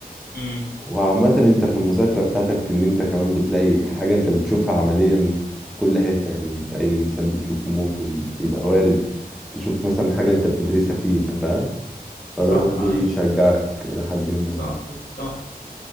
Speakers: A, on the left; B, in the centre.
A: امم
B: وعامة أنت في المذاكرة بتاعتك إن أنت كمان بتلاقي حاجة أنت بتشوفها عمليا في كل حتة يعني أنت أي إنسان بتشوفه ممكن يبقى وارد تشوف مثلا حاجة أنت بتدرسها فيه أنت فاهم فده
A: صح
B: برضه
A: اي
B: بيشجعك إلى حد ما
A: صح صح